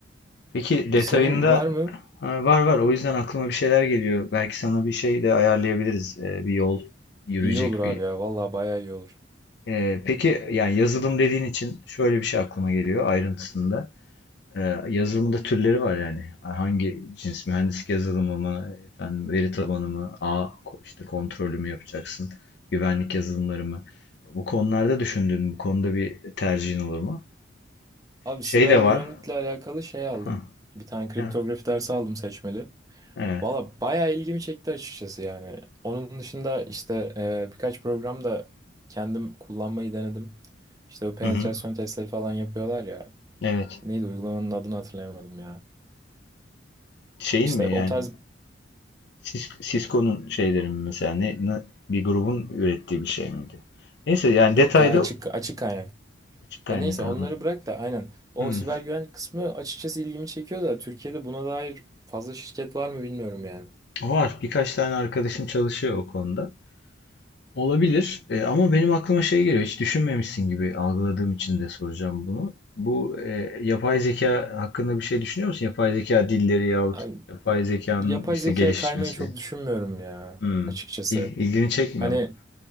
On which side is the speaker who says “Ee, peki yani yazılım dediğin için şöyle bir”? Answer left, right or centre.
Left